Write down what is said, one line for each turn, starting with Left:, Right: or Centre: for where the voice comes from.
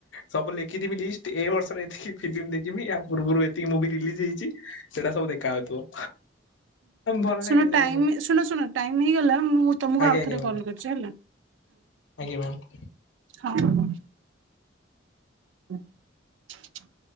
Left: ସବୁ ଲେଖିଥିବି ଲିଷ୍ଟ୍ ଏଇ ବର୍ଷରେ ଏତିକି ଫିଲ୍ମ୍ ଦେଖିବି ୟା ପୂର୍ବରୁ ଏତିକି ମୁଭି ରିଲିଜ୍ ହେଇଚି। ସେଇଟା ସବୁ ଦେଖା ହଉଥିବ। ଭଲ
Right: ଶୁଣ
Left: ଲାଗେ
Right: ଟାଇମ
Left: ଯୋଉ
Right: ଶୁଣ ଶୁଣ ଟାଇମ ହେଇଗଲା ମୁଁ ତମକୁ
Left: ଆଜ୍ଞା
Right: ଆଉ
Left: ଆଜ୍ଞା
Right: ଥରେ
Left: ମ୍ୟାମ୍
Right: କଲ୍ କରିୁଛି ହେଲା।
Left: ଆଜ୍ଞା ମ୍ୟାମ୍।
Right: ହଁ ହଁ। ହଁ <unintelligible>